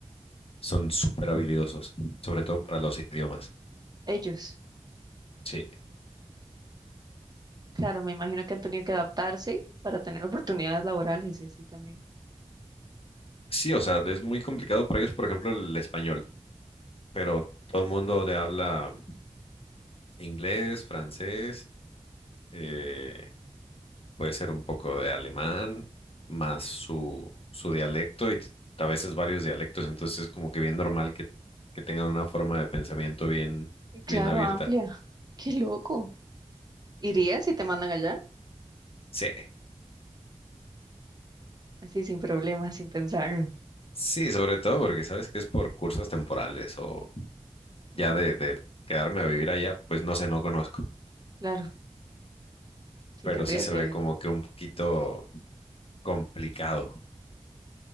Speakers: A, on the left; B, on the right.
A: son súper habilidosos, sobre
B: Ujú.
A: todo para los idiomas.
B: Ellos,
A: Sí,
B: claro, me imagino que han tenido que adaptarse para tener oportunidades laborales y así también.
A: sí, o sea, es muy complicado para ellos, por ejemplo, el español, pero
B: Ujú.
A: todo el mundo de habla inglés, francés, eh, puede ser un poco de alemán, más su, su dialecto y a veces varios dialectos, entonces es como que bien normal que, que tengan una forma de pensamiento bien,
B: Claro,
A: bien abierta.
B: amplia. Qué loco. ¿Irías si te mandan allá?
A: Sí,
B: Así sin problemas, sin pensarlo.
A: sí, sobre todo porque sabes que es por cursos temporales o
B: Ujú.
A: ya de, de quedarme a vivir allá, pues no sé, no conozco,
B: Claro, sí
A: pero
B: tendrías
A: sí se
B: que
A: ve
B: ver.
A: como que un poquito complicado.